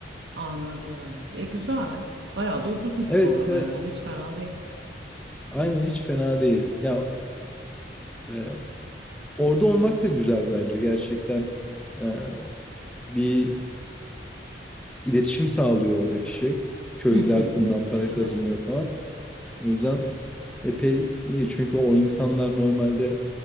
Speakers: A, on the right (about 70°); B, in the centre.
A: Anladım. E güzel. Bayağı da ucuzmuş
B: Evet
A: bu arada
B: evet.
A: yani hiç fena değil.
B: Aynen hiç fena değil. Ya e, orada olmak da güzel bence. Gerçekten e, bir iletişim sağlıyor oradaki şey. Köylüler
A: Hı hı.
B: bundan para
A: Evet.
B: kazanıyor falan. O yüzden epey iyi. Çünkü o insanlar normalde